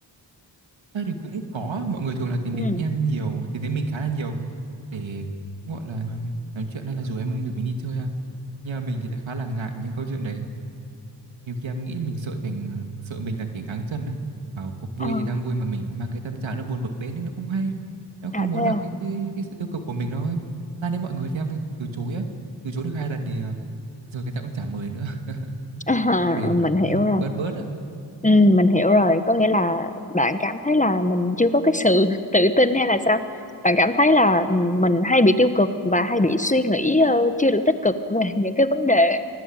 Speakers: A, on the right; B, on the left.
A: Thế thì cũng có mọi người thường là tìm
B: ừ
A: đến em nhiều, tìm đến mình khá là nhiều để cũng gọi là nói chuyện hay là rủ em được mình đi chơi ha. Nhưng mà mình thì lại khá là ngại những câu chuyện đấy. Nhiều khi em nghĩ mình sợ thành sợ mình là kẻ ngáng chân á. Bảo cuộc vui
B: Ờ,
A: thì đang vui mà mình mang cái tâm trạng nó buồn bực đến nên nó không hay. Em không
B: à thế
A: muốn là
B: à,
A: cái cái cái sự tiêu cực của mình nó lan đến mọi người thì em từ chối á. Từ chối được hai lần thì à, rồi người ta cũng chả mời nữa. <laughs>
B: <laughs>
A: Bạn bè thì
B: mình
A: nó cũng
B: hiểu rồi
A: bớt bớt ạ.
B: Ừ, mình hiểu rồi, có nghĩa là bạn cảm thấy là mình chưa có cái sự <laughs> tự tin hay là sao? Bạn cảm thấy là ừ, mình hay bị tiêu cực và hay bị suy nghĩ ờ, chưa được tích cực về <laughs> những cái vấn đề